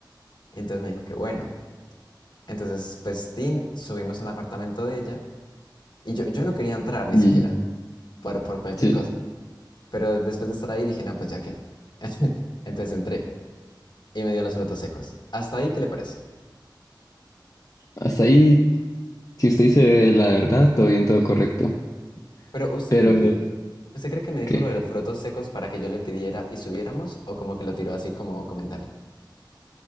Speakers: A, on the left; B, on the left.
A: Y entonces me dijo que bueno. Entonces, pues, tin, subimos al apartamento de ella y yo, yo no quería entrar ni
B: mm,
A: siquiera por, por cualquier
B: sí.
A: cosa. Pero después de estar ahí dije, no, pues ya qué. <laughs> Entonces entré y me dio los frutos secos. ¿Hasta ahí qué le parece?
B: Hasta ahí, si usted dice la verdad, todo bien, todo correcto.
A: Pero ¿usted
B: Pero,
A: cree que ¿Usted cree que me dijo
B: ¿qué?
A: lo de los frutos secos para que yo le pidiera y subiéramos? ¿O como que lo tiró así como comentario?